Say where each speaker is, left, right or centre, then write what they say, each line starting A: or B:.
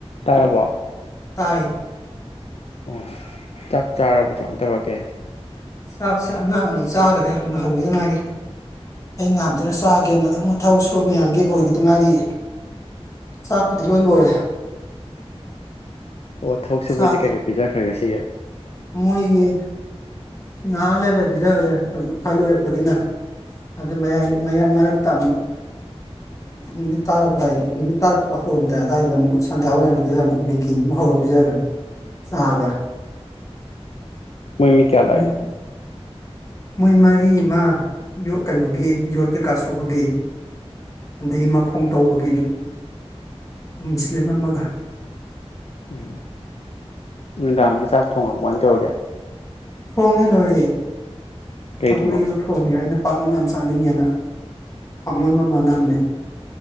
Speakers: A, on the left; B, on the left.
A: ꯇꯥꯔꯕꯣ
B: ꯇꯥꯏ
A: ꯑꯣ ꯆꯥꯛ ꯆꯥꯔꯕꯣ ꯀꯃꯥꯏ ꯇꯧꯔꯒꯦ
B: ꯆꯥꯛꯁꯦ ꯑꯉꯥꯡ ꯑꯅꯤ ꯆꯥꯒꯔꯦ ꯍꯧꯒꯤꯗꯉꯥꯏꯔꯤ ꯑꯩ ꯉꯥꯏꯍꯥꯛ ꯂꯩꯔ ꯆꯥꯒꯦꯅ ꯑ ꯃꯣꯏ ꯊꯕꯛ ꯁꯣ ꯃꯌꯥꯝꯒꯤ ꯂꯣꯏꯒꯤꯗꯉꯥꯏꯔꯤꯌꯦ ꯆꯥꯛꯄꯨꯗꯤ ꯂꯣꯏ ꯂꯣꯏꯔꯦ
A: ꯑꯣ ꯊꯕꯛ ꯁꯨꯕꯩꯗꯤ
B: ꯆꯥꯛ
A: ꯀꯩ ꯀꯩ ꯄꯤꯖꯈ꯭ꯔꯦ ꯉꯁꯤꯒꯤ
B: ꯃꯣꯏꯒꯤ ꯁꯤꯡꯍꯥ ꯂꯩꯔ ꯄꯤꯖꯒꯔꯦ ꯈ꯭ꯋꯥꯏ ꯂꯣꯏꯔꯛꯄꯗꯤꯅ ꯑꯗꯥ ꯃꯌꯥꯏ ꯃ ꯃꯔꯛꯇ ꯑꯃꯨꯛ ꯅꯨꯃꯤꯠ ꯇꯥꯔꯝꯗꯥꯏꯒꯤ ꯅꯨꯃꯤꯠ ꯇꯥꯔꯛꯄ ꯍꯧꯔꯝꯗꯥꯏ ꯑꯗꯨꯋꯥꯏꯗ ꯑꯃꯨꯛ ꯁꯟꯗ꯭ꯋꯥ ꯑꯣꯏꯔꯝꯗꯨꯗ ꯑꯃꯨꯛ ꯃꯦꯒꯤ ꯑꯃꯨꯛ ꯍꯧꯔ ꯄꯤꯖꯒꯔꯦ ꯆꯥꯒ
A: ꯃꯣꯏꯃꯤ ꯀꯌꯥ ꯂꯥꯛꯏꯅꯣ
B: ꯃꯣꯏ ꯃꯣꯏ ꯃꯔꯤ ꯑꯃꯥ ꯌꯣ ꯀꯩꯅꯣꯒꯤ ꯌꯣꯠꯀꯩꯀꯥꯁꯨꯕꯒꯤ ꯑꯗꯩ ꯃꯈꯣꯡ ꯇꯧꯕꯒꯤꯅ ꯃꯨꯁꯂꯤꯝ ꯑꯃꯒ
A: ꯎꯝ ꯅꯨꯡꯗꯥꯡꯒꯤ ꯆꯥꯛ ꯊꯣꯡꯉꯕꯣ ꯀꯃꯥꯏꯟ ꯇꯧꯔꯒꯦ
B: ꯊꯣꯡꯉꯦ ꯂꯣꯏꯔꯦ
A: ꯀꯩ
B: ꯁꯧꯒ꯭ꯔꯤ
A: ꯊꯣꯡꯉꯕ
B: ꯑꯃ ꯊꯣꯡꯉꯦ ꯑꯩꯅ ꯄꯥꯛꯅ ꯌꯥꯝ ꯆꯥꯅꯤꯡꯉꯦꯅ ꯄꯥꯛꯅꯕ ꯑꯃ ꯅꯝꯃꯦ